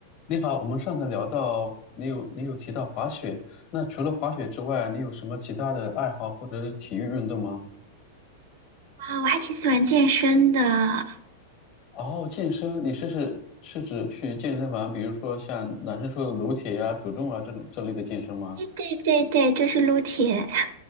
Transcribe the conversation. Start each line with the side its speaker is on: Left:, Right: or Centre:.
Left: 你好，我们上次聊到你有你有提到滑雪，那除了滑雪之外，你有什么其他的爱好或者是体育运动吗？
Right: 啊，我还挺喜欢健身的。
Left: 哦，健身，你是指是指去健身房，比如说像男生说的撸铁呀、主重啊这种这类的健身吗？
Right: 对对对对，就是撸铁。